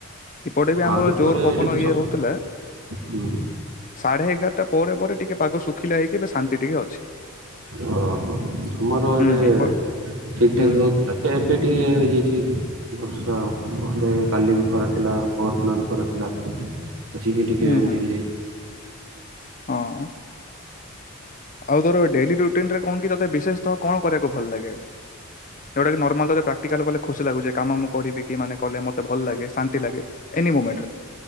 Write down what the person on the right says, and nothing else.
ଆଉ ଟିକେ
ପରେ
ଯଦି ସ
ହୁଁ
ଓହୋ ଆମର ଏଇଟା
ଠିକ୍
ଠାକ୍ ହଉଥିଲା ଏବେ ଟିକେ ହେଇ ଯାଇଛି। ବର୍ଷା ଆଉ କାଲି ବି ଖରାଥିଲା ପରଦିନ ବି ଖରାଥିଲା। ଅଛି ଟିକେ
ଏମିନ୍ତି
ହେଇଯାଇଛି।